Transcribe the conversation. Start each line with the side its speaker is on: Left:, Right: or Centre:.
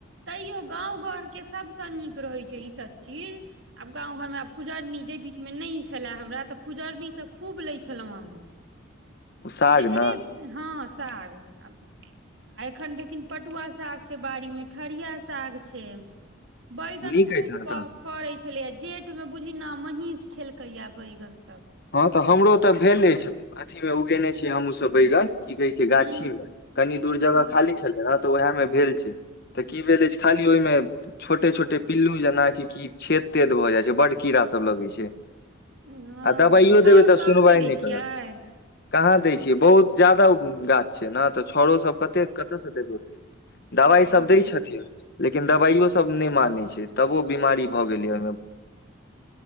Right: तैयो गाँव घर के सबसे नीक रहैत छै ई सब चीज आब गाँव घरमे आब पूजा कुजरनी जे बीच मे नहि छले हमरा तऽ कुजरनीसे खूब लै छलहुँ
Left: ओ साग
Right: जेहने
Left: ने
Right: हाँ साग आ आ एखन देखिन पटुआ साग छै बाड़ीमे खरिया साग छै बैगन
Left: नीक
Right: खूब
Left: अछि ने
Right: प
Left: तऽ
Right: फड़ै छै खेलैया जेठ मे बुझी न महींस खेलकै है बैंगन सब
Left: हँ तऽ हमरो तऽ भेले अछि अथीमे उगेने छीयै हमहूँसब बैगन की कहै छै गाछी
Right: हूँ
Left: मे कनि दूर जगह
Right: ओ
Left: खाली छलै ह तऽ उएह मे भेल छै तऽ की भेले छै खाली ओहिमे छोटे छोटे पिल्लू जेनाकि क छेद तेद भऽ जाय छै बड कीड़ा सब लगै छै
Right: हँ
Left: आ दबाइयो
Right: छाउर
Left: देबय तऽ
Right: ताउर
Left: सुनवाइ
Right: दै
Left: नहि
Right: छियै
Left: करत कहाँ दै छियै बहुत ज्यादा गाछ छै ने तऽ छौड़ो सब कतेक कतयसँ देबै ओतेक दबाइसब
Right: हँ
Left: दय छथिन लेकिन दबाइयो सब नहि मानय छै तबो बिमारी भए गेलय ओहिमे